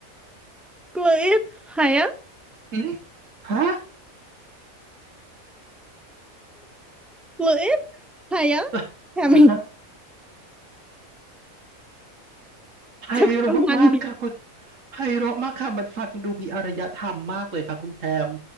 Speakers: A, in the centre; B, on the right (about 65°).
A: กลืดหายะ
B: อืมฮะ
A: กลืดหายะ
B: <laughs>
A: แคมิ
B: อ่าฮะ ไพเราะมากค่ะคุณ
A: จะประมาณนี้
B: ไพเราะมากค่ะมันฟังดูมีอารยธรรมมากเลยค่ะคุณแทม